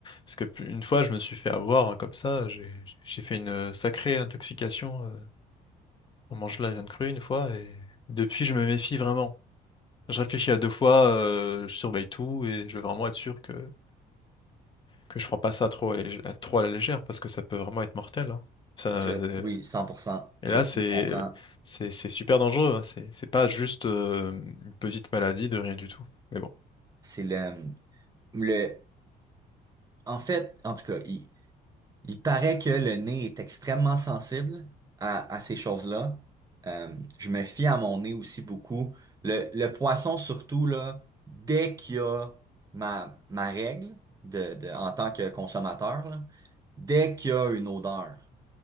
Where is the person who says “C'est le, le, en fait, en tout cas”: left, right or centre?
Right